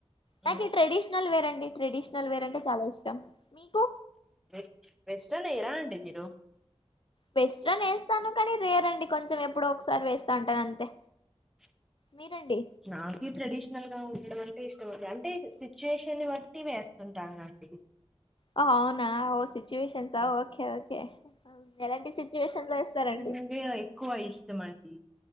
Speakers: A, in the centre; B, on the left.
A: మ్మ్
B: నాకే ట్రెడిషనల్ వేర్ అండి ట్రెడిషనల్ వేర్ అంటే చాలా ఇష్టం మీకు
A: వేస్ట్ వెస్టర్న్ ఏయరా అండి మీరు
B: వెస్ట్రన్ ఏస్తాను కానీ రేర్ అండి కొంచెం ఎప్పుడ ఒకసారి వేస్తా ఉంటాను అంతే
A: ప్చ్
B: మీరండి
A: నాకి ట్రెడిషనల్ గా ఉండడం అంటే ఇష్టమంండి అంటే సిచ్యువేషన్ బట్టి వేస్తుంటానండి
B: హో అవునా ఓ సిచ్యువేషన్స్
A: ఆ
B: ఓకే ఓకే ఎలాంటి సిచ్యువేషన్ లో వేస్తారండి
A: లేహేంగా ఎక్కువ ఇష్టం అండి